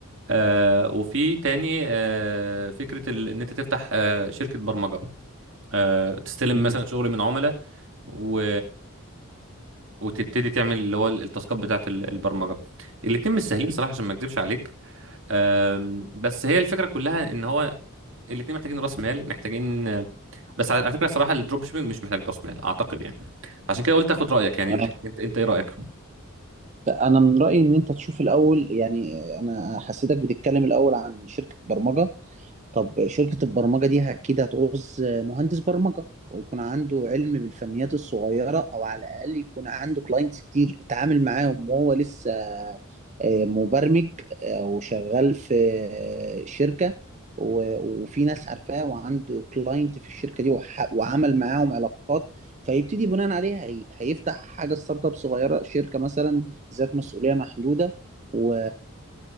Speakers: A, on the right; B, on the right.
A: آه وفي تاني آه فكره ال- ان انت تفتح آه شركه برمجه آه تستلم
B: امم
A: مثلا شغل من عملاء و... وتبتدي تعمل اللي هو التاسكات بتاعه ال- البرمجه الاتنين مش سهلين صراحه عشان ما اكذبش عليك أم، بس هي الفكره كلها ان هو الاتنين محتاجين راس مال محتاجين بس على على فكره صراحه الدروب شيبنج مش محتاج راس مال اعتقد يعني عشان كده قلت اخد رايك يعني
B: اه
A: انت انت, انت ايه رايك
B: انا من رايي ان انت تشوف الاول يعني انا حسيتك بتتكلم الاول عن شركه برمجه طب شركة البرمجة دي أكيد هتعوز مهندس برمجة ويكون عنده علم بالفنيات الصغيرة أو على الأقل يكون عنده كلاينتس كتير اتعامل معاهم وهو لسه آه، مبرمج آه، وشغال في آه، شركة و- وفي ناس عارفاه وعنده كلاينت في الشركة دي وح- وعمل معاهم علاقات فيبتدي بناء عليها هي- هيفتح حاجة ستارت اب صغيرة شركة مثلا ذات مسؤولية محدودة و...